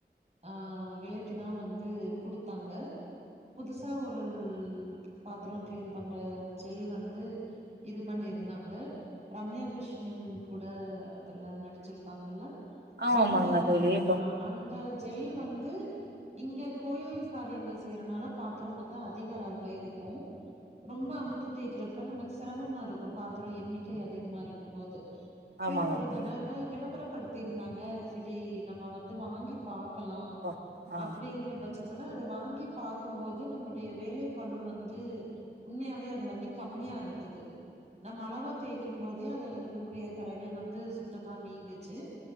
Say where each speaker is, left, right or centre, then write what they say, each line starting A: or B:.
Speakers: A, on the right (about 40°); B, on the right (about 70°).
A: அ விலைக்குதா வந்து து குடுத்தாங்க புதுசா ஒரு பாத்றோம் கிளீன் பண்ற ஜெல் வந்து இது பண்ணிருந்தாங்க ரம்யா கிருஷ்ணன் கூட அதுல நடிச்சிருப்பாங்கல்ல
B: ஆமா
A: அந்த
B: ஆமாங்க தோழி ப
A: அ அந்த ஜெல் வந்து இங்க கோயில் காரியங்கள் செய்யிறனால பாத்றோ வந்து அதிக அளவில இருக்கோம் ரொம்ப அமித்தி தேய்க்கிறப்ப நமக்கு சிரமமா இருக்கோ பாத்றோ எண்ணிக்கை அதிகமா இருக்கும் போது செரி
B: ஆமாங்க
A: ஒரு
B: தோழி
A: தடவ விளம்பரப்படுத் இருந்தாங்க செரி நம்ம வந்து வாங்கி பா க்கலா
B: ப ஆ
A: அப்டிங்கற பட்சத் துல வாங்கி பாக்கும்போது நம்மளுடைய வேலை பலு வந்து உண்மையாவே அது வந்து கம்மியா இருந்தது நம்ம அளவா தேய்க்கும் போதே அதுல இருக்கக்கூடிய கரைகள் வந்து சுத்தமா நீங்குச்சு